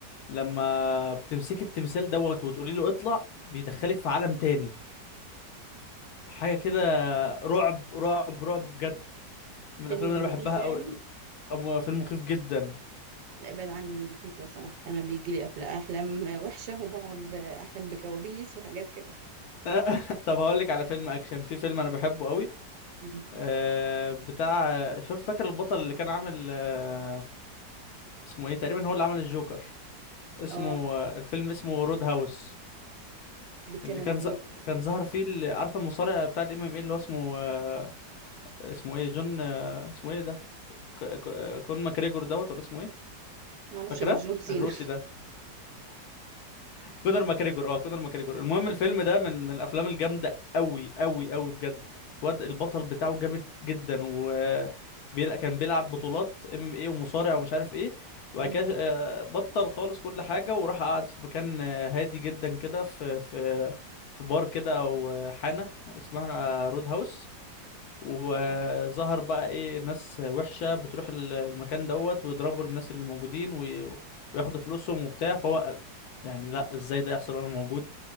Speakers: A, on the left; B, on the right.
A: لما بتمسك التمثال دوت وتقولي له اطلع بيدخلك في عالم تاني حاجة كده رعب رعب رعب بجد من
B: فيلم
A: الافلام اللي انا
B: مخيف
A: بحبها
B: يعني
A: قوي فيلم مخيف جدا
B: لا ابعد عني المخيف لو سمحت انا بيجي لي أفل- احلام وحشه وبقعد احلم بكوابيس وحاجات كده
A: <laughs> طب هقول لك على فيلم اكشن في فيلم انا بحبه قوي
B: مم.
A: آه بتاع شوف فاكر البطل اللي كان عامل آه اسمه ايه تقريبا هو اللي عمل الجوكر اسمه
B: اه
A: آه، الفيلم اسمه رود هاوس
B: بيتكلم
A: اللي كان
B: عن
A: ز...
B: ايه
A: كان ظهر فيه ال- عارفه المصارع بتاع الام ام اي اللي هو اسمه آه اسمه ايه جون آه اسمه ايه ده ك... ك... كون ماكريجور دوت ولا اسمه ايه
B: ما اعرفش
A: فاكره
B: غير جون سينا
A: الروسي ده كونر ماكريجور اه كونر ماكريجور المهم الفيلم ده من من الافلام الجامده قوي قوي قوي بجد واد البطل بتاعه جامد جدا و بيلا- كان بيلعب بطولات ام ام اي ومصارع ومش عارف ايه وبعد
B: مم.
A: كده آه، بطل خالص كل حاجه وراح قعد في مكان آه، هادي جدا كده في في في بار كده او آه، حانه اسمها رود هاوس وظهر
B: إيه؟
A: بقى ايه ناس وحشة بتروح ال- المكان دوت ويضربوا الناس اللي موجودين وي- وياخدوا فلوسهم وبتاع فهو يعني لا ازاي ده يحصل وانا موجود